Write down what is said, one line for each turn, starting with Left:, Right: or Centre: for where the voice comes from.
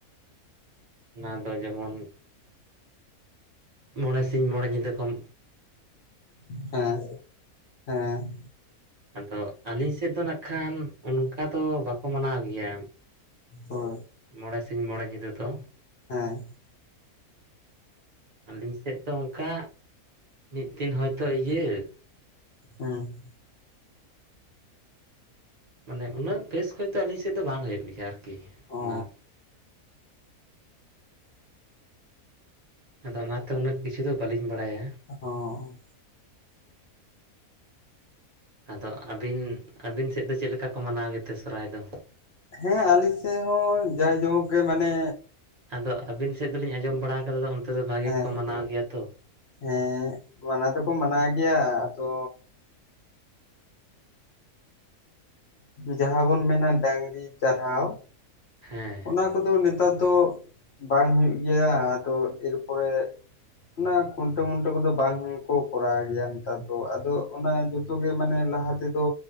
Right: ᱚᱱᱟ ᱫᱚ ᱡᱮᱢᱚᱱ ᱢᱚᱬᱮ ᱥᱤᱧ ᱢᱚᱬᱮ ᱧᱤᱫᱟᱹ ᱠᱷᱚᱱ
Left: ᱦᱮᱸ ᱦᱮᱸ
Right: ᱟᱫᱚ ᱟᱹᱞᱤᱧ ᱥᱮᱫ ᱫᱚ ᱱᱟᱜ ᱠᱷᱟᱱ ᱚᱱᱠᱟ ᱫᱚ ᱵᱟᱠᱚ ᱢᱟᱱᱟᱣ ᱜᱮᱭᱟ᱾
Left: ᱦᱮᱸ
Right: ᱢᱚᱬᱮ ᱥᱤᱧ ᱢᱚᱬᱮ ᱧᱤᱫᱟᱹ ᱫᱚ
Left: ᱦᱮᱸ
Right: ᱟᱹᱞᱤᱧ ᱥᱮᱫ ᱫᱚ ᱚᱱᱠᱟ ᱢᱤᱫ ᱫᱤᱱ ᱦᱚᱭᱛᱚ ᱤᱭᱟᱹ
Left: ᱦᱮᱸ
Right: ᱢᱟᱱᱮ ᱩᱱᱟᱹᱜ ᱵᱮᱥ ᱠᱷᱚᱱ ᱫᱚ ᱟᱹᱞᱤᱧ ᱥᱮᱫ ᱫᱚ ᱵᱟᱝ ᱦᱩᱭᱩᱜ ᱜᱮᱭᱟ ᱟᱨᱠᱤ
Left: ᱚ
Right: ᱚᱱᱟ ᱟᱫᱚ ᱚᱱᱟᱛᱮ ᱩᱱᱟᱹᱜ ᱠᱤᱪᱷᱩ ᱫᱚ ᱵᱟᱹᱞᱤᱧ ᱵᱟᱲᱟᱭᱟ᱾
Left: ᱚ
Right: ᱟᱫᱚ ᱟᱹᱵᱤᱱ ᱟᱹᱵᱤᱱ ᱥᱮᱫ ᱫᱚ ᱪᱮᱫ ᱞᱮᱠᱟ ᱠᱚ ᱢᱟᱱᱟᱣ ᱜᱮᱛᱮ ᱥᱚᱨᱟᱭ ᱫᱚ᱾
Left: ᱦᱮᱸ ᱟᱞᱤᱧ ᱥᱮᱫ ᱦᱚᱸ ᱢᱟᱛᱠᱚᱢ ᱚᱠᱟ ᱜᱮ ᱢᱟᱱᱮ
Right: ᱟᱫᱚ ᱟᱵᱤᱱ ᱥᱮᱫ ᱫᱚᱞᱤᱧ ᱟᱸᱡᱚᱢ ᱵᱟᱲᱟ ᱟᱠᱟᱫᱟ ᱚᱱᱛᱮ ᱫᱚ ᱵᱷᱟᱜᱤ
Left: ᱦᱮᱸ
Right: ᱠᱚ ᱢᱟᱱᱟᱣ ᱜᱮᱭᱟ ᱛᱚ ᱟᱫᱚ
Left: ᱦᱮᱸ ᱢᱟᱱᱟᱣ ᱫᱚ ᱠᱚ ᱢᱟᱱᱟᱣ ᱜᱮᱭᱟ ᱟᱫᱚ ᱡᱟᱦᱟᱸ ᱵᱚᱱ ᱢᱮᱱᱟ ᱰᱟᱝᱨᱤ ᱪᱟᱨᱦᱟᱣ
Right: ᱦᱮᱸ
Left: ᱚᱱᱟ ᱠᱚᱫᱚ ᱱᱮᱛᱟᱨ ᱫᱚ ᱵᱟᱝ ᱦᱩᱭᱩᱜ ᱜᱮᱭᱟ ᱟᱫᱚ ᱮᱨ ᱯᱚᱨᱮ ᱚᱱᱟ ᱠᱷᱩᱱᱴᱟᱹᱣ ᱢᱩᱱᱴᱟᱹᱣ ᱠᱚᱫᱚ ᱵᱟᱝ ᱠᱚ ᱠᱚᱨᱟᱣ ᱜᱮᱭᱟ ᱱᱮᱛᱟᱨ ᱫᱚ ᱟᱫᱚ ᱚᱱᱟ ᱡᱤ <unintelligible> <unintelligible> ᱜᱮ ᱢᱟᱱᱮ ᱞᱟᱦᱟ ᱛᱮ ᱫᱚ